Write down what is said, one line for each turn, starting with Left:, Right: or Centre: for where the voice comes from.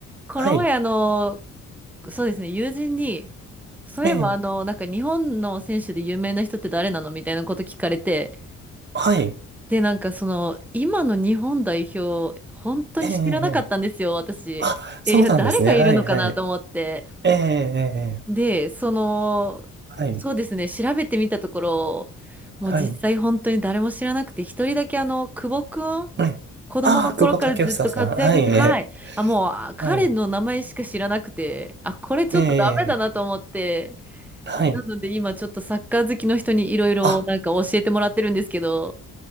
Centre: この前あの、
Right: はい。
Centre: そうですね、友人に、そういえばあの、
Right: ええ。
Centre: なんか日本の選手で有名な人って誰なのみたいなこと聞かれて、
Right: はい。
Centre: で、なんかその、今の日本代表、本当に知らなかったんですよ、
Right: ええ。
Centre: 私。
Right: あ、そうなんですね。
Centre: えいや、誰がいるのかなと思って。
Right: はい、はい。ええ。ええ
Centre: で、その、
Right: はい。
Centre: そうですね、調べてみたところ、もう実際本当に誰も知らなくて、
Right: はい。
Centre: 一人だけあの、久保くん、
Right: ええ。
Centre: 子供の頃からずっと活躍して、
Right: ああ、久保建英さん。はい。ええ。
Centre: はい。あ、もう、あ彼の名前しか知らなくて、
Right: はい。
Centre: あ、これちょっとダメだなと思って、
Right: ええ、はい。
Centre: なので今ちょっとサッカー好きの人にいろいろなんか教えてもらってるんですけど。
Right: あ、